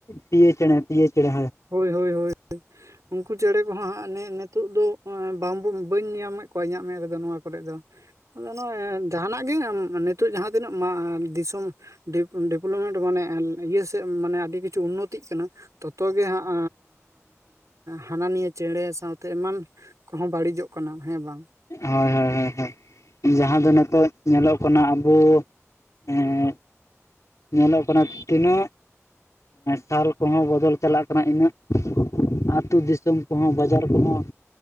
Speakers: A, on the left; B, on the right.
A: ᱯᱤᱭᱳ ᱪᱮᱬᱮ ᱯᱤᱭᱳ ᱪᱮᱬᱮ
B: ᱦᱳᱭ ᱦᱳᱭ ᱩᱱᱠᱩ <inaudible> ᱦᱩᱱᱠᱩ ᱪᱮᱸᱬᱮ ᱠᱚᱦᱚᱸ ᱦᱟᱸᱜ ᱱᱤᱛᱚᱜ ᱫᱚ ᱵᱟᱝ ᱵᱟᱹᱧ ᱧᱟᱢᱮᱫ ᱠᱚᱣᱟ ᱤᱧᱟᱹᱜ ᱢᱮᱫ ᱨᱮᱫᱚ ᱱᱚᱣᱟ ᱠᱚᱨᱮ ᱫᱚ᱾ ᱟᱫᱚ ᱱᱚᱜᱼᱚᱭ ᱡᱟᱦᱟᱱᱟᱜ ᱜᱮ ᱱᱤᱛᱳᱜ ᱡᱟᱦᱟᱸ ᱛᱤᱱᱟᱹᱜ ᱫᱤᱥᱚᱢᱼᱼ ᱰᱮᱯᱞᱚᱯᱢᱮᱱᱴ ᱢᱟᱱᱮ ᱤᱭᱟᱹ ᱥᱮᱫ ᱢᱟᱱᱮ ᱟᱹᱰᱤ ᱠᱤᱪᱷᱩ ᱩᱱᱱᱚᱛᱤᱜ ᱠᱟᱱᱟ᱾ ᱛᱚᱛᱚ ᱜᱮ ᱦᱟᱸᱜᱻ ᱦᱟᱱᱟ ᱱᱤᱭᱟᱹ ᱪᱮᱸᱬᱮ ᱥᱟᱶᱛᱮ ᱮᱢᱟᱱ ᱠᱚᱦᱚᱸ ᱵᱟᱹᱲᱤᱡᱚᱜ ᱠᱟᱱᱟ ᱦᱮᱸ ᱵᱟᱝ,
A: ᱦᱳᱭ ᱦᱳᱭ ᱦᱳᱭ ᱦᱳᱭ ᱡᱟᱦᱟᱸ ᱫᱚ ᱱᱤᱛᱚᱜ ᱧᱮᱞᱚᱜ ᱠᱟᱱᱟ ᱟᱵᱩᱼᱼ ᱮᱸ <inaudible> ᱧᱮᱞᱚᱜ ᱠᱟᱱᱟ ᱛᱤᱱᱟᱹᱜ ᱥᱟᱞ ᱠᱚᱦᱚᱸ ᱵᱚᱫᱚᱞ ᱪᱟᱞᱟᱜ ᱠᱟᱱᱟ ᱤᱱᱟᱹᱜᱼᱼ ᱟᱛᱳ ᱫᱤᱥᱚᱢ ᱠᱚᱦᱚᱸ ᱵᱟᱡᱟᱨ ᱠᱚᱦᱚᱸ